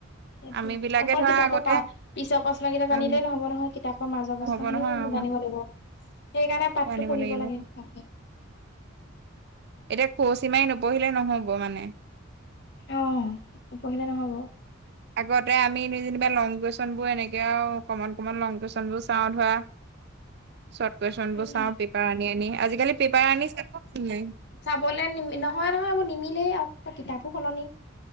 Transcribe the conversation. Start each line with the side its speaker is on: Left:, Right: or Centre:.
Left: সেইটো
Right: আমি বিলাকে
Left: অকল
Right: ধৰা
Left: কিতাপো
Right: আগতে
Left: প পিছৰ প্ৰশ্ন কেইটা
Right: উম
Left: জানিলে নহব নহয় কিতাপ মাজৰ
Right: নহ'ব
Left: অৱস্থা খিনিও
Right: নহয় অ
Left: জানিব লাগিব, সেইকাৰণে পাতটো
Right: আনিব
Left: পঢ়িব
Right: লাগিব
Left: লাগে ভালকে।
Right: এতিয়া সৰসিমাই নপঢ়িলে নহ'ব মানে
Left: অ' পঢ়িলে নহব
Right: আগতে আমি যেনিবা লং কুৱেশনবোৰ এনেকে আৰু কমন কমন লং কুৱেশনবোৰ চাওঁ ধৰা।
Left: <unintelligible>
Right: চৰ্ট কুৱেশন বোৰ
Left: উম
Right: চাওঁ পেপাৰ আনি আনি আজিকালি পেপাৰ আনি চে নাই।
Left: চাবলৈ নি নহয় নহয় এইবোৰ নিমিলেই আৰু কিতাপো সলনি